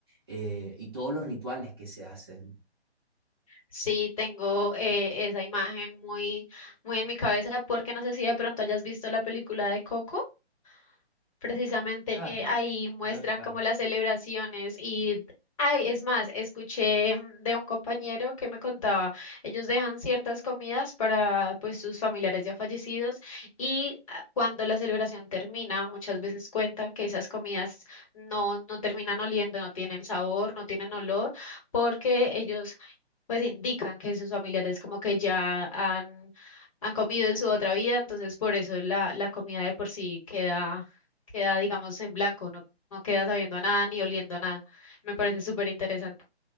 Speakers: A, on the right (about 25°); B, on the left (about 30°).
A: eh, y todos los rituales que se hacen.
B: Sí, tengo eh, esa imagen muy, muy en mi cabeza porque no sé si de pronto hayas visto la película de Coco. Precisamente
A: Ah,
B: eh, ahí muestran
A: verdad.
B: como las celebraciones y, ay, es más, escuché mm, de un compañero que me contaba, ellos dejan ciertas comidas para pues sus familiares ya fallecidos y ah, cuando la celebración termina, muchas veces cuentan que esas comidas no, no terminan oliendo, no tienen sabor, no tienen olor, porque ellos pues indican que sus familiares como que ya han, han comido en su otra vida, entonces por eso la, la comida de por sí queda, queda, digamos, en blanco, no, no queda sabiendo a nada ni oliendo a nada. Me parece súper interesante.